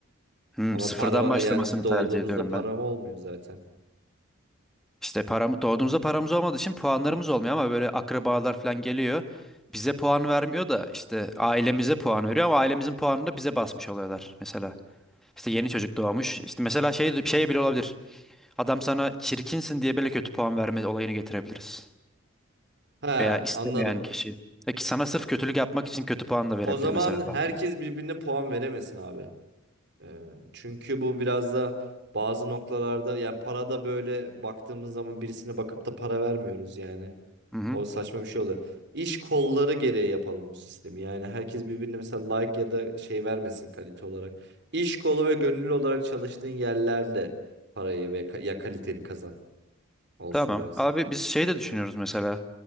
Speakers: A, in the centre; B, on the right (about 55°).
A: Hmm,
B: Ama
A: sıfırdan
B: para
A: başlamasını
B: yani doğduğumuzda
A: tercih ediyorum
B: param
A: ben.
B: olmuyor zaten.
A: İşte param, doğduğumuzda paramız olmadığı için puanlarımız olmuyor ama böyle akrabalar falan geliyor. Bize puan vermiyor da işte ailemize puan veriyor ama ailemizin puanını da bize basmış oluyorlar mesela. İşte yeni çocuk doğmuş. İşte mesela şey, şey bile olabilir. Adam sana çirkinsin diye böyle kötü puan verme olayını getirebiliriz.
B: Ha
A: Veya istemeyen
B: anladım.
A: kişi. Peki sana sırf kötülük yapmak için kötü puan da verebilir
B: O zaman
A: mesela
B: herkes
A: bazıları.
B: birbirine puan veremesin abi. Ee, çünkü bu biraz da bazı noktalarda yani para da böyle baktığımız zaman birisine bakıp da para vermiyoruz yani.
A: Hı hı.
B: O saçma bir şey oluyor. İş kolları gereği yapalım bu sistemi. Yani herkes birbirine mesela like ya da şey vermesin kalite olarak. İş kolu ve gönüllü olarak çalıştığın yerlerde parayı ve ka- ya kaliteni kazan olsun
A: Tamam.
B: biraz.
A: Abi biz şey de düşünüyoruz mesela.